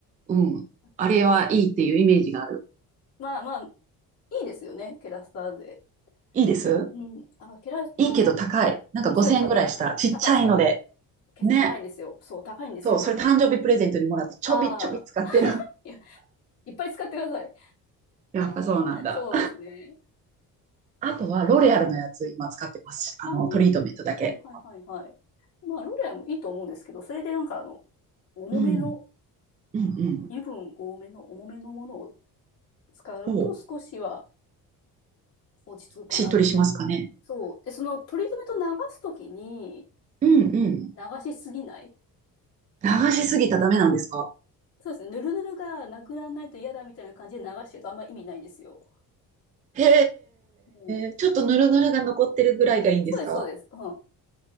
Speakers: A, on the right (about 25°); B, on the left (about 45°).
A: うん。あれはいいっていうイメージがある。
B: ケラス、まあまあ、いいですよね、ケラスターゼ。
A: いいです
B: うん、あ、キラスター、
A: いいけど高い。なんか5000円ぐらいした。
B: うん、そう、高、うん、
A: ちっちゃいので。
B: 高いです、高いです。け、
A: ね。
B: 高いんですよ。そう、高いんですよ。
A: そう、それ誕生日プレゼントにもらってちょびちょび使ってる。
B: ああ、
A: <laughs>
B: いや、いっぱい使ってください。
A: やっぱそうなんだ。
B: そうですね。
A: あとはロレアルのやつ今使ってます。あの、
B: ああーはいはいはいはい。
A: トリートメントだけ。
B: まあ、ロレアもいいと思うんですけど、それでなんかあの、重めの、
A: うん。うんうん。
B: 油分多めの重めのものを使うと少しは
A: そう。
B: 落ち着くかな。
A: しっとりしますかね。
B: そう。で、そのトリートメント流すときに
A: うんうん。
B: 流しすぎない。
A: 流しすぎたらダメなんですか
B: そうですね。ぬるぬるがなくならないと嫌だみたいな感じで流してるとあんま意味ないんですよ。
A: へ
B: うん
A: え。ちょっとヌルヌルが残ってるぐらいがいいんですか
B: そうです、そうです。うん。